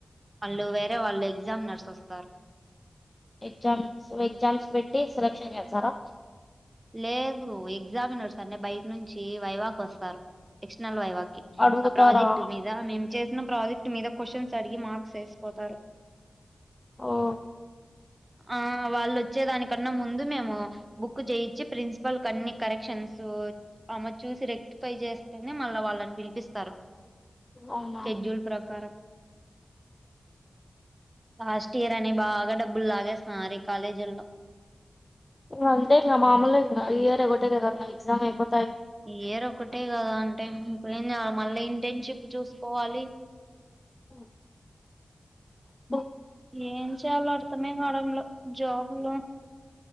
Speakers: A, on the right (about 25°); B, on the left (about 30°).
A: వాళ్ళుేరే వాళ్ళ ఎగ్జా నర్స్స్తస్తా పార్క్
B: ఎగ్జామ్స్ ఎగ్జామ్స్ పెట్టి సెలెక్షన్ చేస్తారా
A: లేదు ఎగ్జామినే నడుస్తు అంటే బయట నుంచి వైవాగ్ వస్తారు ఎక్స్టనల్ వైవాగ్
B: అడుగుతారా
A: ఆ ప్రాజెక్ట్ మీద మేం చేసిన ప్రాజెక్ట్ మీద కోషన్స్ అడిగి మాక్స్ వేసి పొతారు
B: ఆఓ
A: ఆ వాళ్ళు వచ్చే దానికన్నా ముందు మేము బుక్కు చేయి చి ప్రిన్సిపల్ కన్నీ కరెక్షన్స్ అమె చూసి రెక్టిఫై చేస్తేనే మళ్ళా వాళ్ళని పిలిపిస్తారు
B: అవునా
A: షెడ్యూల్ ప్రకారం లాస్ట్ ఇయర్ అని బాగా డబ్బులు లాగేస్తున్న మారి కాలేజల్లో
B: ఇక అంతే గ మామూలుగా ఇయర్ ఒకటే కదా ఇం ఎగ్జామ్ అయిపో
A: ఇయర్ ఒక్కటే కదా అంటే ఇప్పుడేం చేయాలి మళ్ళీ ఇంటర్న్షిప్ చూసుకోవాలి
B: ఓర మ
A: ఏం చేయాలో అర్థమే కావడంల జాబ్ లో